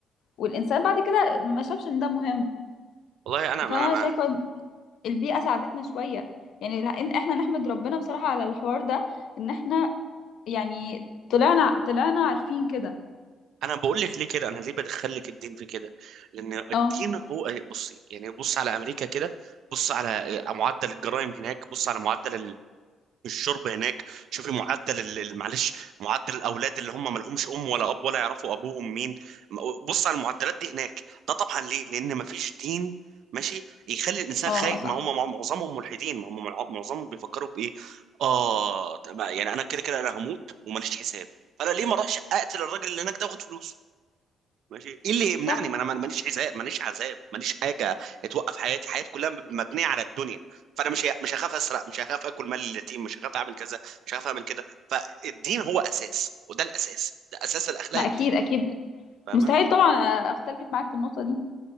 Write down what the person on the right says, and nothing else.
والله انا انا
انا
انا بقول لك ليه كده انا ليه بدخل لك الدين في كده لان الدين
هو بصي يعني بص على امريكا كده بص على معدل الجرائم هناك بص على معدل الشرب هناك شوفي معدل ال- ال- معلش معدل الاولاد اللي هم مالهمش ام ولا اب ولا يعرفوا ابوهم مين م- بص على المعدلات دي هناك ده طبعا ليه لان مفيش دين ماشي يخلي الانسان
خايف
ما هم مع- معظمهم ملحدين ما هم مع- معظمهم بيفكروا بايه اه تمام، يعني انا كده كده انا هموت وماليش حساب فانا ليه ما اروحش اقتل الراجل اللي هناك ده واخد فلوسه ماشي ايه اللي يمنعني
ما انا ماليش عذاب ماليش عذاب ماليش حاجه توقف حياتي حياتي كلها مبنيه على الدنيا فانا مش مش هخاف اسرق مش هخاف اكل مال اليتيم مش هخاف اعمل كذا مش هخاف اعمل كده فالدين هو اساس وده الاساس ده اساس الاخلاق
الدين
فاهم